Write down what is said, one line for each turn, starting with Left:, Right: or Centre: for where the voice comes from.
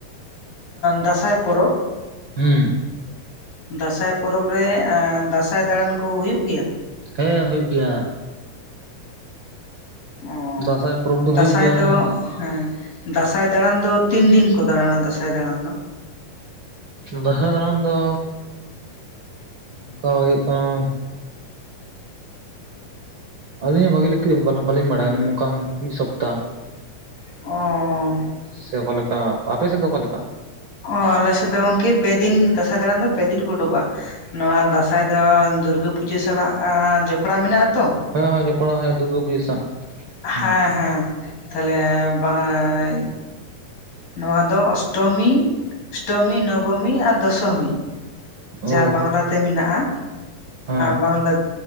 Left: ᱫᱟᱸᱥᱟᱭ ᱯᱚᱨᱚᱵᱽ
Right: ᱦᱩᱸ
Left: ᱫᱟᱸᱥᱟᱭ ᱯᱚᱨᱚᱵᱽ ᱨᱮ ᱫᱟᱸᱥᱟᱭ ᱫᱟᱲᱟᱱ ᱠᱚ ᱦᱩᱭᱩᱜ ᱜᱮᱭᱟ?
Right: ᱦᱮᱸ ᱦᱩᱭᱩᱜ ᱜᱮᱭᱟ᱾
Left: ᱚ
Right: ᱫᱟᱸᱥᱟᱭ ᱯᱚᱨᱚᱵᱽ ᱫᱚ
Left: ᱫᱟᱸᱥᱟᱭ
Right: ᱦᱩᱭᱩᱜ ᱜᱮᱭᱟ
Left: ᱫᱚ
Right: ᱚᱱᱟ
Left: ᱦᱮᱸ ᱫᱟᱸᱥᱟᱭ ᱫᱟᱲᱟᱱ ᱫᱚ ᱛᱤᱱ ᱫᱤᱱ ᱠᱚ ᱫᱲᱟᱱᱟ ᱫᱟᱸᱟᱭ ᱫᱟᱬᱟᱱ ᱫᱚ
Right: ᱵᱟᱦᱟ ᱫᱟᱬᱟᱱ ᱫᱚ ᱚᱱᱠᱟ ᱦᱩᱭᱩᱜ ᱠᱟᱱᱟ ᱟᱹᱞᱤᱧ ᱦᱚᱸ ᱵᱷᱟᱹᱜᱤ <unintelligible> ᱵᱟᱹᱞᱤᱧ ᱵᱟᱰᱟᱭᱟ ᱱᱚᱝᱠᱟ ᱢᱤᱫ ᱥᱚᱯᱛᱟᱦ
Left: ᱚᱸ
Right: ᱥᱮ ᱚᱠᱟ ᱞᱮᱠᱟ ᱟᱯᱮ ᱥᱮᱫ ᱫᱚ ᱚᱠᱟ ᱞᱮᱠᱟ
Left: ᱚ ᱟᱞᱮ ᱥᱮᱫ ᱫᱚ ᱜᱚᱢᱠᱮ ᱯᱮ ᱫᱤᱱ ᱫᱟᱸᱥᱟᱭ ᱫᱟᱬᱟᱱ ᱫᱚ ᱯᱮ ᱫᱤᱱ ᱠᱚ ᱩᱰᱩᱠᱚᱜᱼᱟ ᱱᱚᱣᱟ ᱫᱟᱸᱥᱟᱭ ᱫᱚ ᱫᱩᱨᱜᱟᱹ ᱯᱩᱡᱟᱹ ᱥᱟᱞᱟᱜ ᱡᱚᱯᱲᱟᱣ ᱢᱮᱱᱟᱜ ᱟᱛᱚ
Right: ᱦᱮᱸ ᱦᱮᱸ ᱡᱚᱯᱚᱲᱟᱣ ᱫᱩᱨᱜᱟ ᱯᱩᱡᱟᱹ ᱥᱟᱶ ᱦᱩᱸ
Left: ᱦᱮᱸ ᱦᱮᱸ ᱛᱟᱦᱚᱞᱮ ᱵᱟᱝ ᱱᱚᱣᱟ ᱫᱚ ᱚᱥᱴᱚᱢᱤ ᱚᱥᱴᱚᱢᱤ ᱱᱚᱵᱚᱢᱤ ᱟᱨ ᱫᱚᱥᱚᱢᱤ
Right: ᱚ
Left: ᱡᱟᱦᱟᱸ ᱵᱟᱝᱞᱟᱛᱮ ᱢᱮᱱᱟᱜᱼᱟ
Right: ᱦᱮᱸ
Left: ᱵᱟᱝᱞᱟ